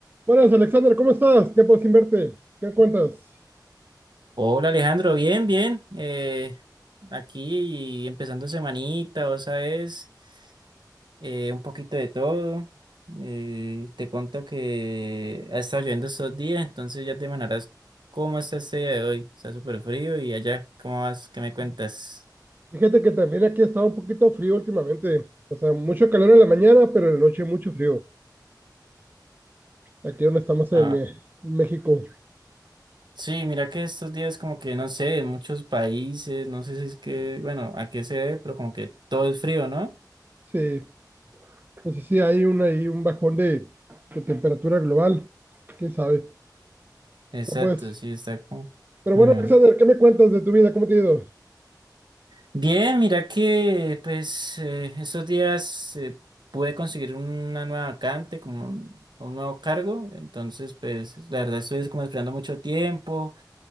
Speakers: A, on the right (about 25°); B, on the right (about 85°).
A: Buenas, Alexander, ¿cómo estás? Tiempo sin verte. ¿Qué cuentas?
B: Hola Alejandro, bien, bien. eh, aquí empezando semanita, vos sabes, eh, un poquito de todo. eh, te cuento que ha estado lloviendo estos días, entonces ya te imaginarás cómo está este día de hoy. Está súper frío y allá, ¿cómo vas? ¿Qué me cuentas?
A: Fíjate que también aquí ha estado un poquito frío últimamente. O sea, mucho calor en la mañana, pero en la noche mucho frío. Aquí donde estamos
B: Ah,
A: en eh, México.
B: sí, mira que estos días como que no sé, en muchos países, no sé si es que, bueno, a qué se debe, pero como que todo es frío, ¿no?
A: Sí, no sé si hay un, ahí un bajón de, de temperatura global. ¿Quién sabe?
B: Exacto,
A: No, pues.
B: sí, está como...
A: Pero
B: Mm.
A: bueno, Alexander, ¿qué me cuentas de tu vida? ¿Cómo te ha ido?
B: Bien, mira que pues eh, estos días eh, pude conseguir una nueva vacante, como un, un nuevo cargo, entonces pues la verdad estoy como esperando mucho tiempo,